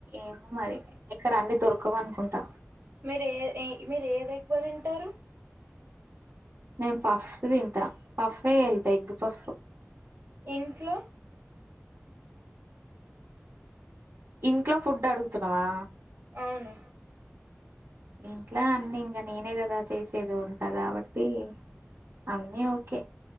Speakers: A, on the right (about 65°); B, on the right (about 50°).
A: ఏమో మరి ఇక్కడ అన్ని దొరకవు అనుకుంటా
B: మీరు ఏ ఇ మీరు ఏది ఎక్కువ తింటారు
A: నేను ఫఫ్స్ తింతా పఫే వెళ్త ఎగ్ ఫఫ్
B: ఇంట్లో
A: ఇంట్లో ఫుడ్డు అడుగుతున్నవా
B: అవును
A: ఇంట్లా అన్నీ ఇంకా నేనే కదా చేసేది వంట కాబట్టి అన్నీ ఓకే